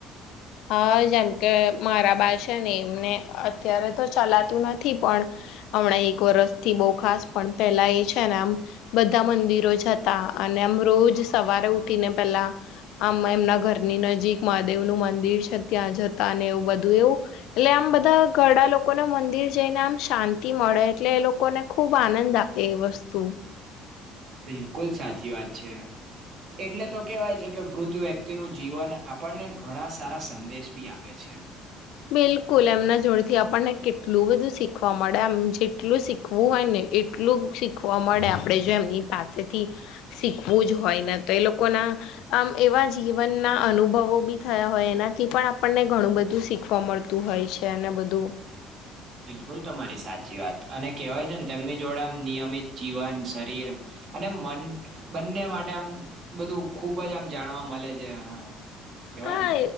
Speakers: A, on the left (about 75°); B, on the right (about 40°).
A: હા, જેમ કે મારા બા છે ને, એમને અત્યારે તો ચલાતું નથી, પણ હમણાં એક વરસથી બહુ ખાસ, પણ પહેલા એ છે ને, આમ બધા મંદિરો જતા, અને આમ રોજ સવારે ઉઠીને પહેલા આમ, એમના ઘરની નજીક મહાદેવનું મંદિર છે. ત્યાં જતા, એવું બધું એવું એટલે આમ, બધા ઘરડા લોકોને મંદિર જઈને આમ શાંતિ મળે, એટલે એ લોકોને ખુબ આનંદ આવે. તે વસ્તુ
B: બિલકુલ, સાચી વાત છે. એટલે તો કેહેવાય છે કે વૃદ્ધ વ્યક્તિ નું જીવન આપણને ઘણા સારા સંદેશ બી આપે છે.
A: બિલકુલ, એમના જોડેથી આપણને કેટલું બધું શીખવા મળે. એમ જેટલું શીખવું શીખવું હોય ને, એટલું શીખવા મળે, આપણે જે એમની પાસેથી શીખવું જ હોય ને, તો એ લોકોના આમ, એવા જીવનના અનુભવો બી થયા હોય, એનાથી પણ આપણને ઘણું બધું શીખ શીખવા મળતું હોય છે, અને બધું
B: બિલકુલ, તમારી સાચી વાત. અને કહેવાય છે ને, તેમની જોડે આમ નિયમિત જીવન શરીર અને મન બંને માટે આમ બધું ખુબ જ આમ જાણવા મળે છે. કેવાય
A: હા,
B: ને